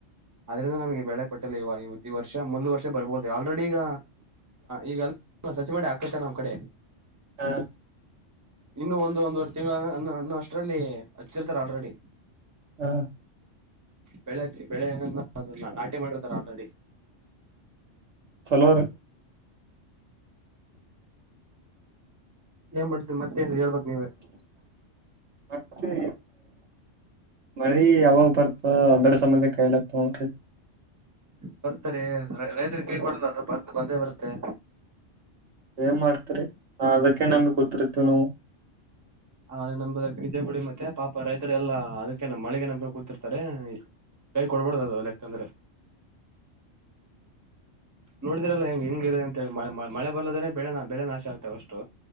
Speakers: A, on the right (about 15°); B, on the right (about 65°).
A: ಅದ್ರಿಂದ ನಮಗೆ ಬೆಳೆ ಕೊಟ್ಟಲ್ಲ ಇವ ಇವತ್ತು ಈ ವರ್ಷ ಮುಂದಿನ ವರ್ಷ ರ್ಬಹುದು ಆಲ್ರೆಡಿ ಈಗ ಈಗೆಲ್ಲ ಸಸಿ ಮಾಡಿ ಹಾಕತಾರ ಕಡೆ
B: ಹಾ
A: ಇನ್ನು ಒಂದು ಒಂದುವರೆ ತಿಂಗಳ ಅನ್ನ ಅಷ್ಟ ಅಷ್ಟ್ರಲ್ಲಿ ಹಚ್ಚಿರ್ತಾರೆ ಆಲ್ರೆಡಿ
B: ಹಾ
A: ಬೆಳೆಚ್ಚಿ ಬೆಳೆನ್ನ ಅ ನಾಟಿ ಮಾಡಿರ್ತಾರೆ ಆಲ್ರೆಡಿ
B: ಚಲೋರೀ
A: ಏನ್ ಮಾಡ್ತ ಮತ್ತೆ ಹೇಳ್ಬೇಕ್ ನೀವೇ
B: ಮತ್ತೆ ಮಳಿ ಯಾವಾಗ ಬರ್ತ ಅದರ ಸಮಬಂಧಕಾಯಲತ ನರಿ
A: ಬರ್ತಾರೆ ರೈತರಿಗೆ ಕೈ ಕೊಡೋದ ಅದು ಬರ್ತ ಬಂದೇ ಬರುತ್ತೆ
B: ಏನ್ ಮಾಡ್ತರಿ ಅದಕ್ಕೆೇ ನಮ್ಗ್ ಗೊತ್ತಿರ್ತವಿ ನಾವು
A: ಹ ನಮ ನಿಜ ಗುಡಿ ಮತ್ತೆ ಪಾಪ ರೈತರು ಎಲ್ಲಾ ಅದಕ್ಕೆನಮಳೆಗೆ ನಂಬಿಕೊಂಡು ಕೂತಿರ್ತಾರೆ ಕೈ ಕೊಡ್ಬಾರಡ್ದ ಅದು ಲೆಕ್ಕಂದ್ರೆ ನೋಡಿದ್ರಲ್ಲ ಹೆಂಗ್ ಹೆಂಗಿದೆ ಅಂತೇಳಿ ಮಳೆ ಬರ್ದೇನೆ ಬೆಳೆ ಬೆಳೆ ನಾಶ ಆಗ್ತವೆ ಅಷ್ಟು